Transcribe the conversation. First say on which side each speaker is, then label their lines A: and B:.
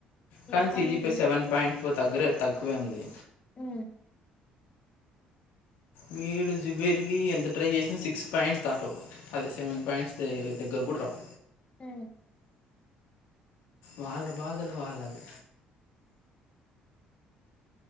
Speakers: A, on the left (about 85°); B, on the left (about 35°).
A: కానీ
B: ఎయిట్
A: CGP
B: point zero
A: seven point four తగ్గరే తక్కువే ఉంది
B: మ్
A: వీడు జుబేర్ కి ఎంత ట్రై చేసినో సిక్స్ పాయింట్స్ దాటవ్ అదే సెవెన్ పాయింట్స్ ద దగ్గర కుడ్రావ్
B: మ్
A: వాళ్ళ బాధలు వాళ్ళవి